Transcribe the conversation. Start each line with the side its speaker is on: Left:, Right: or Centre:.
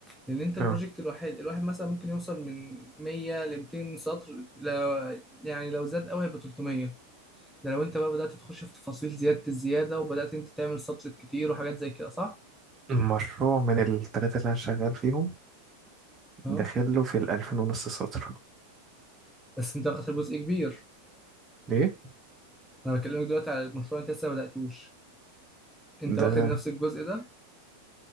Centre: لأن أنت البروجكت
Right: اه
Centre: الواحد الواحد مثلا ممكن يوصل من 100 ل 200 سطر لا يعني لو زاد قوي هيبقى 300 ده لو انت بقى بدأت تخش في تفاصيل زيادة الزيادة وبدأت انت تعمل سبسيت كتير وحاجات زي كده صح؟
Right: المشروع من التلاتة اللي أنا شغال فيهم
Centre: اه
Right: داخله في الألفين ونص سطر
Centre: بس انت واخد جزء كبير
Right: ليه؟
Centre: انا بكلمك دلوقتي على المشروع انت لسه ما بدأتوش انت
Right: ده
Centre: واخد نفس الجزء ده